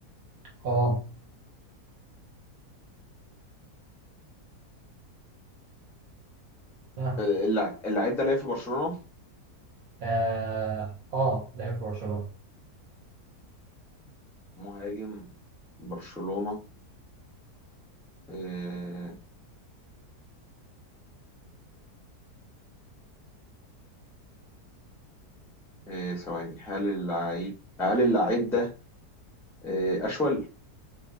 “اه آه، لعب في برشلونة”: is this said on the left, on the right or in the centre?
Right